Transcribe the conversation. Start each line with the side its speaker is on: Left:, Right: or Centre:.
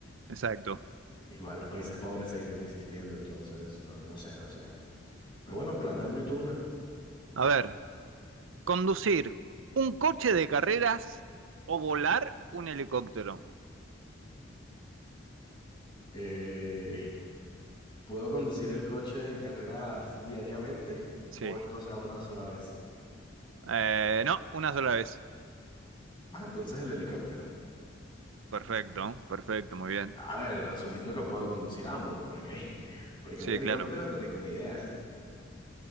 Right: Exacto.
Left: Igual los países pobres seguirían existiendo, entonces no, no sé, no sé. Pero bueno, plantéame tú una.
Right: A ver, conducir un coche de carreras o volar un helicóptero.
Left: Eh, ¿puedo conducir el coche de carreras <laughs> diariamente
Right: Sí.
Left: o es cosa una sola vez?
Right: Eh, no, una sola vez.
Left: Ah, entonces el helicóptero.
Right: Perfecto, perfecto, muy bien.
Left: A ver, asumiendo que puedo conducir ambos, porque <laughs> porque
Right: Sí,
Left: un helicóptero
Right: claro.
Left: no tengo ni idea.